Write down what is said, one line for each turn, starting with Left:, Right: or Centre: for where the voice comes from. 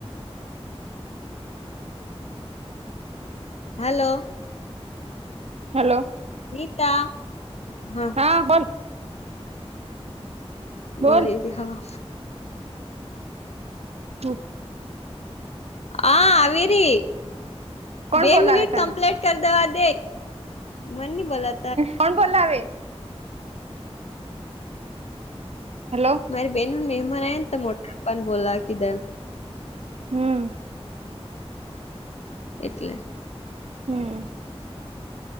Left: હલો,
Right: હલો,
Left: નીતા હા,
Right: હા બોલ,
Left: બોલી
Right: બોલ
Left: થી હા,
Right: સુ,
Left: હા આવી રી,
Right: કોણ
Left: બે
Right: બોલાવે
Left: મિનિટ
Right: તને
Left: કમ્પ્લીટ, કર દવા દે મન ની બોલા,
Right: કોણ બોલાવે, હેલો,
Left: મારી બેહેન મહેમાન આયા ને તો મોટા પ્પાને બોલાવા કીધાં એમ.
Right: હમ,
Left: એટલે,
Right: હમ,